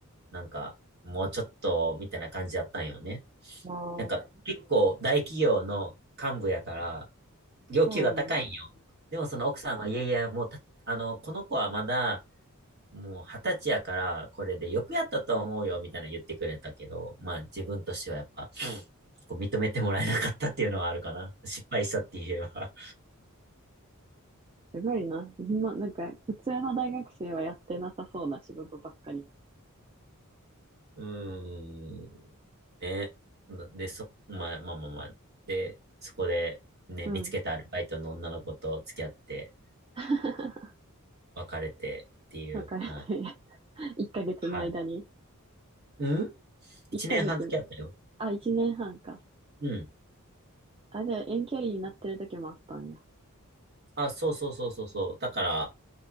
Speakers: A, on the right; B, on the right.
A: なんか、もうちょっと、みたいな感じやったんよね。
B: ああ、
A: なんか、結構大企業の幹部やから、要求が高いんよ。
B: そうなんだ。
A: でもその奥さんは、いやいや、もうた、あの、この子はまだ、もう二十歳やから、これでよくやったと思うよ、みたいな言ってくれたけど、まあ自分としてはやっぱ、こう認めてもらえなかったっていうのはあるかな。失敗したって言えば。
B: すごいな。ま、なんか、普通の大学生はやってなさそうな仕事ばっかりやな。
A: <laughs> うーん、ね。で、そ、まあまあまあまあ。で、そこで、ね、
B: うん。
A: 見つけたアルバイトの女の子と付き合って、
B: <laughs>
A: 別れてっていう、
B: 別れて、
A: はい。
B: 1ヶ月の間に。
A: はい。うん一年半付き合ったよ。
B: 1ヶ月、あ、1年半か。
A: うん。
B: あ、じゃあ遠距離になってる時もあったんや。
A: あ、そうそうそうそうそう。だから、